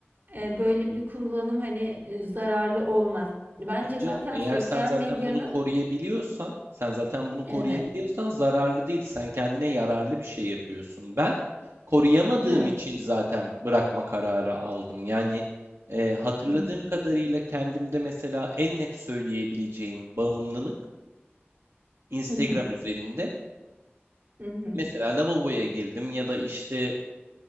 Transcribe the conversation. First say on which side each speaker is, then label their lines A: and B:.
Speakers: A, on the right (about 50°); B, on the right (about 85°).
A: e, böyle bir kullanım hani e, zararlı olmaz. Bence
B: Tabii canım
A: zaten
B: eğer
A: sosyal
B: sen zaten
A: medyanın
B: bunu koruyabiliyorsan, sen zaten bunu koruyabiliyorsan
A: evet,
B: zararlı değil. Sen kendine yararlı bir şey yapıyorsun. Ben koruyamadığım
A: evet.
B: için zaten bırakma kararı aldım. Yani e, hatırladığım
A: Hı hı.
B: kadarıyla kendimde mesela en net söyleyebileceğim bağımlılık Instagram
A: Hı hı.
B: üzerinde.
A: Hı hı.
B: Mesela lavaboya girdim ya da işte